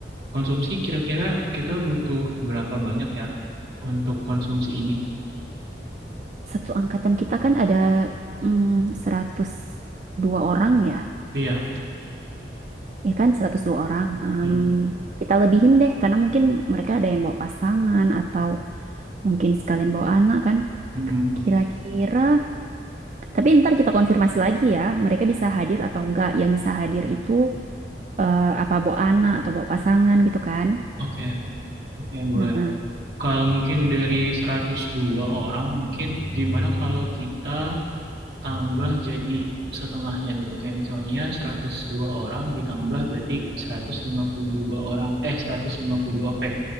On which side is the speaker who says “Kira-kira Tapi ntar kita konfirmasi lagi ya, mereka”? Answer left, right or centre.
Right